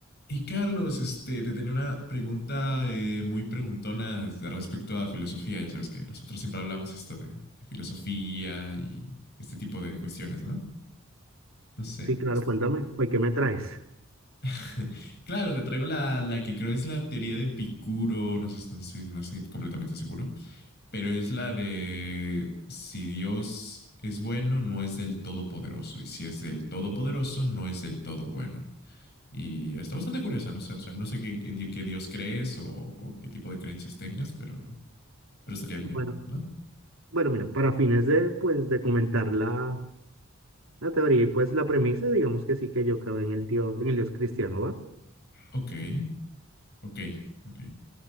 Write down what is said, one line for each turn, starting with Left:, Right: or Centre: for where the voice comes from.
Left: Y Carlos, este, te tenía una pregunta eh, muy preguntona de respecto a filosofía. Ya sabes que nosotros siempre hablamos esto de, de filosofía y este tipo de cuestiones, ¿no? No sé.
Right: Sí, claro,
Left: es-
Right: cuéntame. Oye, ¿qué me traes?
Left: <laughs> Claro, te traigo la, la que creo es la teoría de Epicuro, no sé, no sé- no estoy completamente seguro, pero es la de si Dios es bueno, no es del todopoderoso, y si es del todopoderoso, no es del todo bueno. Y está bastante curiosa, no sé, o sea, no sé qué, en di- qué Dios crees o, o qué tipo de creencias tengas, pero, pero estaría bien,
Right: Bueno,
Left: ¿no?
Right: bueno, mira, para fines de, pues, de comentar la, la teoría y pues la premisa, digamos que sí que yo creo en el Dios, en el Dios cristiano, ¿va?
Left: Ok, ok, ok,